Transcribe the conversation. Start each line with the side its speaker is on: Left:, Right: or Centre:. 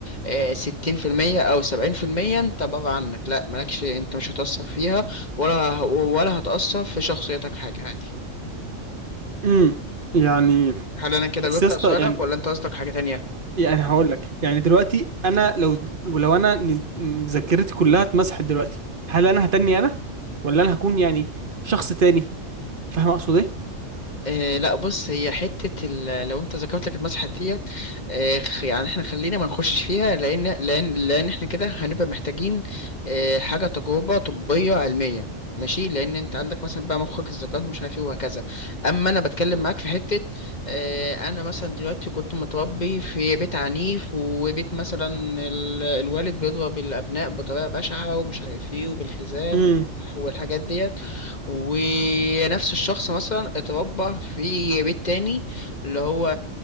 Left: آه ستين في المية او سبعين في المية انت بره عنك لا مالكش انت مش هتاثر فيها ولا ولا هتاثر في شخصيتك حاجه عادي
Right: امم يعني
Left: هل انا كده
Right: بس
Left: جبت
Right: يا اسطى
Left: على سؤالك
Right: يعني
Left: ولا انت قصدك حاجه تانية
Right: يعني هقول لك يعني دلوقتي أنا لو ولو أنا ن- م- ذاكرتي كلها اتمسحت دلوقتي هل أنا هتني أنا ولا أنا هكون يعني شخص تاني فاهم أقصد إيه؟
Left: آه لا بص هي حتة ال- لو انت ذكرت لك المسحة ديت آه خ- يعني احنا خلينا ما نخشش فيها لان لان لان احنا كده هنبقى محتاجين آه حاجة تجربة طبية علمية ماشي لان انت عندك مثلا بقى مخك الذكاء ومش عارف ايه وهكذا اما انا بتكلم معاك في حتة آه انا مثلا دلوقتي كنت متربي في بيت عنيف وبيت مثلا ال- الوالد بيضرب الابناء بطريقة بشعة ومش عارف ايه وبالحزام
Right: امم
Left: والحاجات ديت ونفس الشخص مثلا اتربى في بيت تاني اللي هو